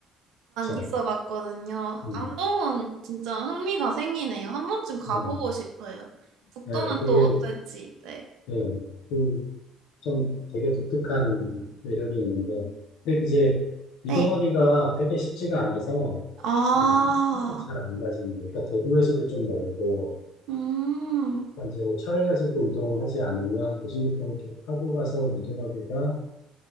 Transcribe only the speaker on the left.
참,
음,
네, 뭐.
네, 되게,
네, 그, 좀 되게 독특한 매력이 있는데, 근데 이제 이동하기가
되게 쉽지가 않아서,
네, 선택 잘안 가진 거. 그러니까 대구에서도 좀 멀고,
그러니까 이제 뭐 차를 가지고 이동하지 않으면 도심부터 이렇게 타고 가서 이동하기가